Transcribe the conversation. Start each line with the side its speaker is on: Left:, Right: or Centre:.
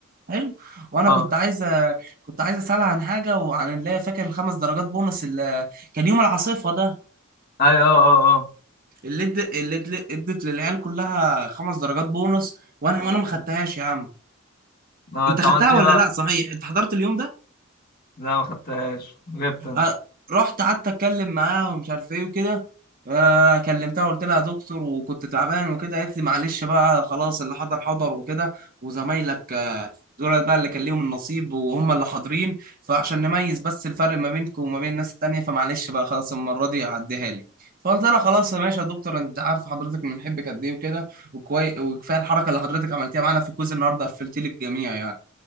Right: حلو وانا
Left: اه
Right: كنت عايز كنت عايز اسالها عن حاجه وعن اللي هي فاكر الخمس درجات بونص اللي كان يوم العاصفه ده
Left: اي اه اه
Right: اللي اد... اللي اد- ادت للعيال كلها خمس درجات بونص وانا
Left: اه
Right: وانا ما خدتهاش يا عم
Left: آه،
Right: انت
Left: انت
Right: خدتها
Left: عملت ايه
Right: ولا
Left: بقى
Right: لا صحيح انت حضرت اليوم ده
Left: لا ما خدتهاش غبت انا
Right: آه، رحت قعدت اتكلم معاها ومش عارف ايه وكده آه، كلمتها قلت لها يا دكتور وكنت تعبان وكده قالت لي معلش بقى خلاص اللي حضر حضر وكده وزمايلك آه، دول بقى اللي كان ليهم النصيب وهم اللي حاضرين فعشان نميز بس الفرق ما بينكم وما بين الناس التانية فمعلش بقى خلاص المرة دي عديها لي فقلت لها خلاص يا ماشي يا دكتور انت عارف حضرتك بنحبك قد ايه وكده وكوي... وكفايه الحركه اللي حضرتك عملتيها معانا في الكوز النهارده قفلتي لي الجميع يعني